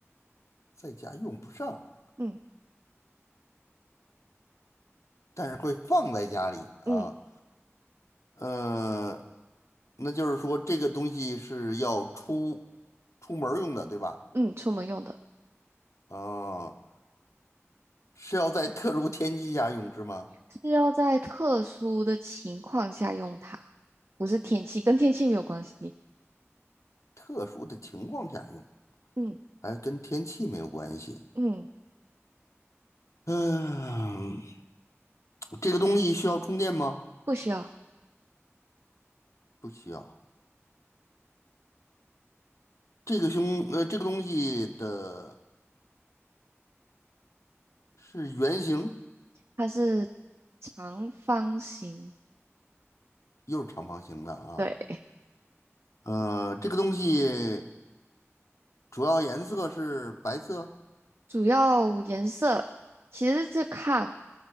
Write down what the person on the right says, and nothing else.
嗯
嗯
嗯，出门用的。
是要在特殊的情况下用它，不是天气，跟天气没有关系。
嗯
嗯，
不需要，
它是长方形，
对，
主要颜色其实是看，